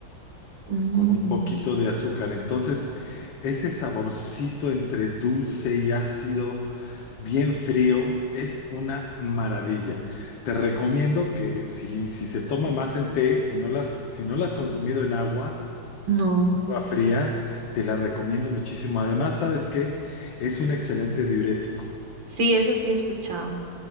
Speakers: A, on the right (about 80°); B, on the left (about 80°).
A: Ujú,
B: con un poquito de azúcar. Entonces, ese saborcito entre dulce y ácido, bien frío, es una maravilla. Te recomiendo que si, si se toma más en té, si no las, si no la has consumido en agua,
A: No.
B: agua fría, te la recomiendo muchísimo. Además, ¿sabes qué? Es un excelente diurético.
A: Sí, eso sí he escuchado,